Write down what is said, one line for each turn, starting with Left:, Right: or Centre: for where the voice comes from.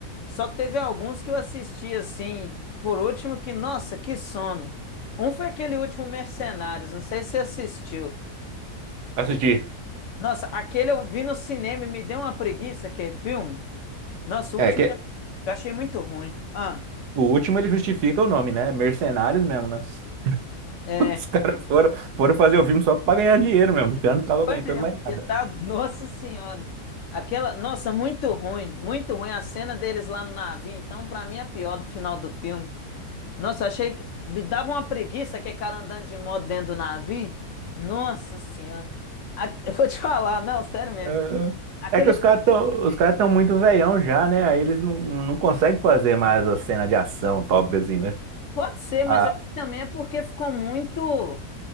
Left: Só que teve alguns que eu assisti, assim, por último, que, nossa, que sono. Um foi aquele último Mercenários, não sei se você assistiu.
Right: Assistir.
Left: O- Nossa, aquele eu vi no cinema e me deu uma preguiça, aquele filme. Nossa, o
Right: É,
Left: último.
Right: que
Left: Eu achei muito ruim. Ah,
Right: o último ele justifica o nome, né? Mercenários mesmo, né? <laughs>
Left: é,
Right: Os caras foram, foram fazer o filme só pra ganhar dinheiro mesmo. Os caras não estavam
Left: foi
Right: aguentando
Left: mesmo,
Right: mais
Left: porque
Right: nada.
Left: tá, <laughs> nossa senhora. Aquela, nossa, muito ruim, muito ruim a cena deles lá no navio. Então, pra mim, é a pior do final do filme. Nossa, eu achei que me dava uma preguiça aquele cara andando de moto dentro do navio. Nossa senhora. A- <laughs> eu vou te falar, não, sério mesmo.
Right: É
Left: Aquele
Right: é que os caras tão,
Left: filme
Right: os caras tão muito veião já, né? Aí eles não, não conseguem fazer mais a cena de ação top assim, né?
Left: pode ser, mas
Right: Ah,
Left: eu acho que também é porque ficou muito.